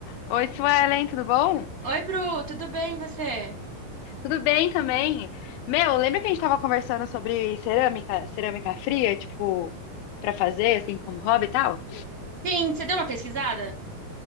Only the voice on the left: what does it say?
Oi, Suelen, tudo bom?
Tudo bem também. Meu, lembra que a gente tava conversando sobre cerâmica, cerâmica fria, tipo, pra fazer, assim, como hobby e tal?